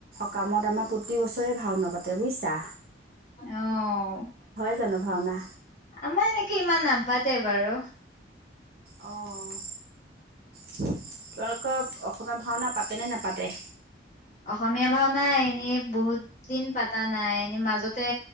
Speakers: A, on the right; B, on the left.
A: কামত আমাৰ প্ৰতি বছৰেই ভাওনা পাতে বুজিছা
B: আহ
A: জনভাৱনা
B: আমাৰ একে ইমান নাপাতে বাৰু
A: অঁ তেওঁলোকৰ অসমীয়া ভাওনা পাতেনে নাপাতে?
B: অসমীয়া ভাওনাই এনেই বহুত দিন পাতা নাই, এনেই মাজতে